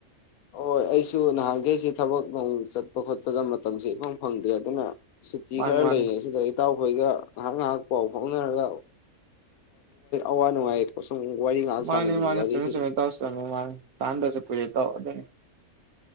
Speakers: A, on the left; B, on the right.
A: ꯍꯣꯏ ꯑꯩꯁꯨ ꯅꯍꯥꯟꯈ ꯑꯩꯁꯤꯦ ꯊꯕꯛ ꯅꯣꯡ ꯆꯠꯄ ꯈꯣꯠꯄꯗ ꯃꯇꯝꯁꯦ ꯏ ꯍꯪꯗꯦ ꯑꯗꯨꯅ ꯁꯨꯇꯤ
B: ꯃꯥꯅꯤ
A: ꯈꯔ
B: ꯃꯥꯅꯤ
A: ꯂꯩꯌꯦ ꯁꯤꯗ ꯏꯇꯥꯎ ꯑꯩꯈꯣꯏꯒ ꯉꯥꯏꯍꯥꯛ ꯉꯥꯏꯍꯥꯛ ꯄꯥꯎ ꯐꯥꯎꯅꯔꯒ ꯑꯋꯥ ꯅꯨꯡꯉꯥꯏ ꯁꯨꯝ ꯋꯥꯔꯤ ꯉꯥꯏꯍꯥꯛ
B: ꯃꯥꯅꯦ
A: ꯁꯥꯟꯅꯅꯤꯡꯕ
B: ꯃꯥꯅꯤ
A: ꯑꯗꯩ
B: ꯆꯃꯤ
A: ꯁꯨꯝ
B: ꯆꯃꯤꯠꯇꯁꯅꯤ ꯃꯥꯅꯤ ꯆꯥꯟꯗ ꯆ ꯄꯨꯔꯦ ꯇ ꯑꯣꯗꯅꯦ